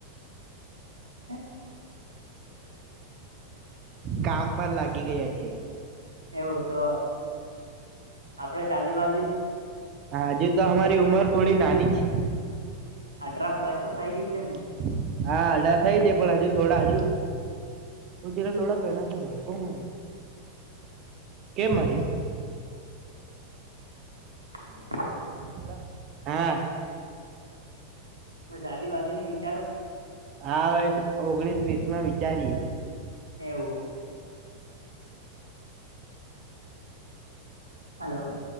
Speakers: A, on the right; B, on the right.
A: હમ્મ.
B: કામ પર લાગી ગયા છે.
A: એવું તો આપડે શાદીવાદી નું
B: હા હજે તો હમારી ઉમર થોડી નાની છી.
A: અલ્ટ્રા પ્લસ તો થઈ
B: ગયું
A: ગઈ છે ને.
B: હા ડર થઇ જાય પણ હજુ થોડા હજુ હું ચ લોડા એના કે ભડકો મારીયું કેમ માર્યું
A: <inaudible>
B: હલો હા
A: સાાદી વાદી નું વિચારો
B: હાવે ઓગણીસ વીસ માં વિચારીએ
A: એવું હલો